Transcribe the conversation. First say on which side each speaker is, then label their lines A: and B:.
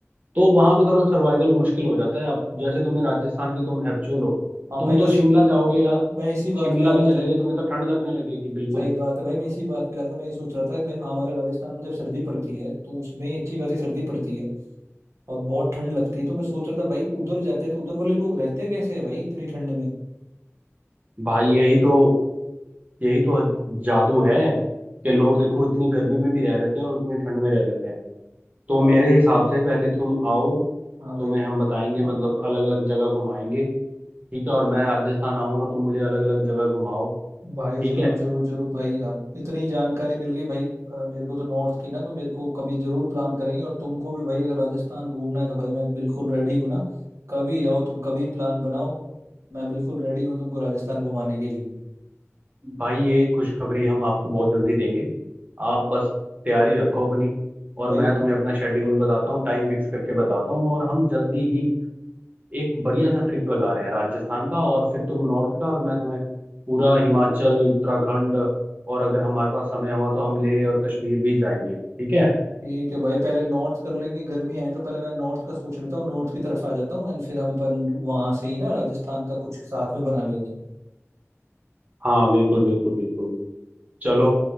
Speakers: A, on the right; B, on the right.
A: तो वहां पे थोड़ा सर्वाइवल मुश्किल हो जाता है अब जैसे तुम्हें राजस्थान के तुम हैप्चुअल हो
B: हाँ
A: तुम
B: भाई बस
A: तो शिमला जाओगे या
B: मैं इसी बात
A: शिमला
B: पे आ
A: भी
B: रहा
A: चले
B: था
A: गए तुम्हें तो ठंड लगने लगेगी बिल्कुल
B: सही बात है भाई मैं इसी बात पे आ रहा था मैं ये सोच रहा था मेरे हमारे राजस्थान में जब सर्दी पड़ती है तो उसमें ही अच्छी खासी सर्दी पड़ती है और बहुत ठंड लगती है तो मैं सोच रहा था भाई उधर जाते हैं तो उधर वाले लोग रहते कैसे है भाई इतनी ठंड में
A: भाई यही तो यही तो जादू है कि लोग देखो इतनी गर्मी में भी रह लेते हैं और इतनी ठंड में रह लेते हैं तो
B: वो
A: मेरे हिसाब से पहले तुम आओ
B: हाँ
A: तुम्हें
B: भाई
A: हम बताएंगे मतलब अलग अलग जगह घुमाएंगे ठीक है और मैं राजस्थान आऊँ और तुम मुझे अलग अलग जगह घुमाओ
B: भाई
A: ठीक
B: जरूर
A: है
B: जरूर जरूर भाई अब इतनी जानकारी मिल गई भाई अ, मेरे को तो नॉर्थ की ना तो मेरे को कभी जरूर प्लान करेंगे और तुमको भी भाई अगर राजस्थान घूमना है तो भाई मैं बिल्कुल रेडी हूँ ना कभी आओ तुम कभी प्लान बनाओ मैं बिल्कुल रेडी हूँ तुमको राजस्थान घुमाने के लिए
A: भाई ये खुशखबरी हम आपको बहुत जल्दी देंगे आप बस तैयारी रखो अपनी और
B: भाई
A: मैं तुम्हें अपना शेड्यूल बताता हूँ टाइम फिक्स करके बताता हूँ और हम जल्दी ही एक बढ़िया सा ट्रिप लगा रहे हैं राजस्थान का और फिर तुम नॉर्थ का और मैं तुम्हें पूरा हिमाचल उत्तराखंड और अगर हमारे पास समय हुआ तो हम लेह और कश्मीर भी जाएंगे ठीक है
B: ठीक है भाई पहले नॉर्थ कर लेंगे गर्मी है तो पहले मैं नॉर्थ का सोच लेता हूँ नॉर्थ की तरफ आ जाता हूँ एंड फिर हम अपन वहां से ही ना राजस्थान का कुछ साथ में बना लेंगे
A: हाँ बिल्कुल बिल्कुल बिल्कुल चलो